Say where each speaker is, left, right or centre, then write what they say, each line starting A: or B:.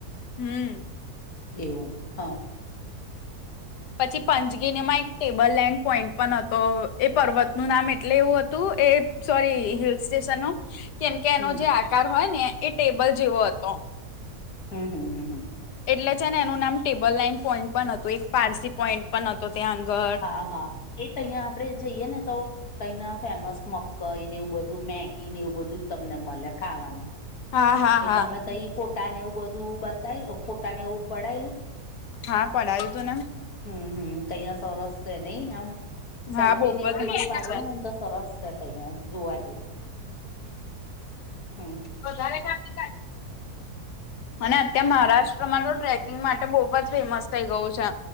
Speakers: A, on the left; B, on the left.
A: હમ.
B: એવું હા.
A: પછી પંચગીની એમાં એક ટેબલ લેન્ડ પોઈન્ટ પણ હતો એ પર્વતનું નામ એટલે એવું હતું એ સોરી હિલ સ્ટેશન નુ કેમકે એનો
B: હમ
A: જે આકાર હોય ને એ ટેબલ જેવો હતો.
B: હમ-હમ-હમ-હમ
A: એટલે છે, ને એનું નામ ટેબલ લાઈન પોઈન્ટ પણ હતું એ પારસી પોઈન્ટ પણ હતો ત્યાં આગળ
B: હા-હા એ ત્યાં અહિયાં આપડે જઈએ ને તો તઈના ફેમસ મકઈને એવું બધું મેગી ને એવું બધું જ તમને મળે ખાવાનું
A: હા હા
B: એ
A: હા
B: તમે તો એ ફોટા ને એવું બધું બતાયુ ફોટા ને એવું પડાયેલું?
A: હા પડાયું તું ને‌.
B: હમ-હમ તઈયા સરસ છે, નહી આમ સેલ્ફી
A: હા બહુ
B: ને
A: જ
B: એવું બધું
A: મસ્ત
B: પાડવું હોયને તો સરસ છે અહિયાં જોવા જેવું હમ.
A: વધારે ખાતી કાઢ અને અત્યાર મહારાષ્ટ્રમાં તો ટ્રેકિંગ માટે બહુજ ફેમસ થઇ ગયું છે.